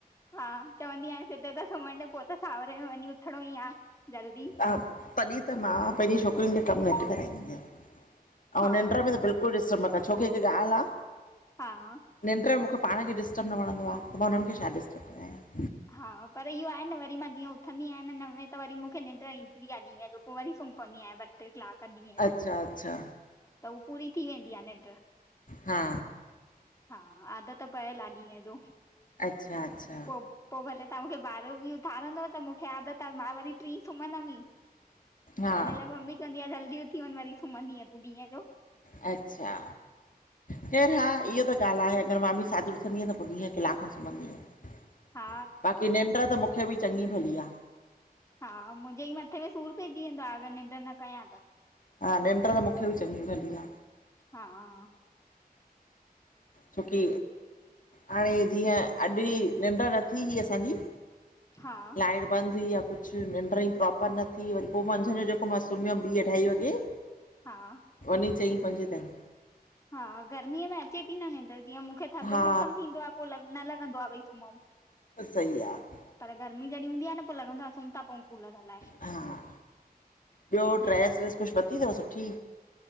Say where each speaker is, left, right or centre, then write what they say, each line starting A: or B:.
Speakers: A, on the left; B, on the left.
A: हा चवंदी आयां, हिते त सुमण ॾे पो त सावरे में वञी उथणो ई आ जल्दी।
B: हा तॾि त मां पैंजी छोकरियुन खे कम घट कराईंदी आयां
A: हा
B: ऐं निंड में त बिल्कुल कुॾिस मक छोकी हिक ॻाल आ।
A: हाआ
B: निंड में मूंखे पाण खे डिस्टर्ब न वणंदो आ त मां हुनन खे छा डिस्टर्ब जा कयां।
A: हा पर इयो आ न वरी मां जीअं उथंदी आयां न नवें त वरी मूंखे निंड ईंदी आ ॾींअ ॼो। पो वरी सुम पवंदी आयां ॿ ॿ-टे कलाक ॾींअ
B: अच्छा
A: ॼो
B: अच्छा
A: त उ पूरी थी वेंदी आ निंड।
B: हा
A: हा आदत पयल आ ॾींअ जो।
B: अच्छा-अच्छा
A: पो पो भले तां मूंखे ॿारह ॿि उथारंदव त मूंखे आदत आ मां वरी टीं सुमदम ई।
B: हा
A: हिन लाइ मम्मी चवंदी आ जल्दी उथी वञ वरी सुमदीं तूं ॾींअ ॼो।
B: अच्छा ख़ैर हा इयो त ॻाल आहे अगर मां भी साजुर हींअ त पो ॾींहं कलाक सुमदीअ आयां
A: हा
B: बाक़ी निंड त मूंखे ॿि चङी भली आ।
A: हा मुंजे ई मथे में सूर पैजी वेंदो आ। अगर निंड न कयां त
B: हा निंड त मूंखे ॿि चङी भली आ।
A: हाअ।
B: छोकी हाणे जीअं अॼ ई निंड न थी ही असांजी।
A: हा
B: लाइट बंद हुई आ कुछ निंड ई प्रोपर न थी वरी पो मंझंन जो जेको मां सुमयम ॿी-अढाई वॻे। <inaudible>
A: हाआ
B: वञी चईं पंजे ताईं।
A: हा गर्मीअ में अचे थी न निंड, जीअं मूंखे थधो
B: हा
A: मौसम थींदो आहे, पोइ न लॻंदो आहे भई सुम्हूं।
B: सही आहे
A: पर गर्मी जॾहिं हूंदी आहे न, पोइ लॻंदो आहे सुम्ह था पऊं कूलर हलाए।
B: हा, ॿियो
A: निंड
B: ड्रैस वैस कुझु वर्ती अथव सुठी?